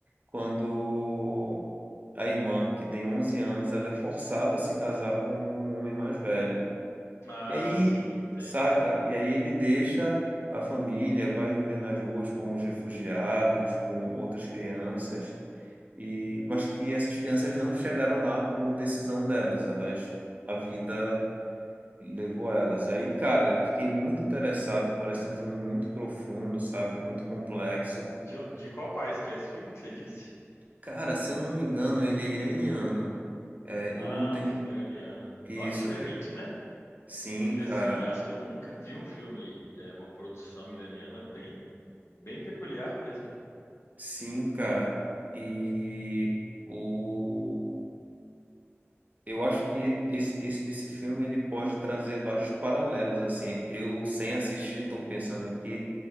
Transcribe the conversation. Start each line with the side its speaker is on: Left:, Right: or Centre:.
Right: quando a irmã, que tem 11 anos, ela é forçada a se casar com um homem mais velho.
Left: Ah,
Right: E aí,
Left: sim, entendi.
Right: saca? E aí ele deixa a família, vai viver nas ruas com os refugiados, com outras crianças. E, mas que essas crianças não chegaram lá por decisão delas, elas, a vida levou elas. Aí, cara, eu fiquei muito interessado, parece um filme muito profundo, sabe, muito complexo.
Left: De, de qual país que é esse filme que você disse?
Right: Cara, se eu não me engano, ele é iraniano. É,
Left: Ah,
Right: eu não tenho
Left: um filme iraniano.
Right: isso.
Left: Nó diferente,
Right: eu-
Left: né?
Right: Sim,
Left: Que
Right: cara.
Left: assim, acho que eu nunca vi um filme, é, uma produção iraniana bem, bem peculiar mesmo.
Right: Sim, cara. E o Eu acho que esse, esse, esse filme ele pode trazer vários paralelos assim. Eu sem assistir estou pensando aqui